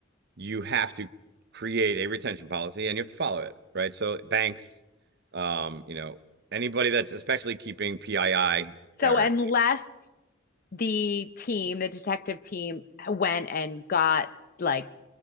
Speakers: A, on the right; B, on the left.
A: you have to create a retention policy and you have to follow it, right? So banks, um, you know, anybody that's especially keeping PII
B: So
A: or
B: unless the team, the detective team, went and got like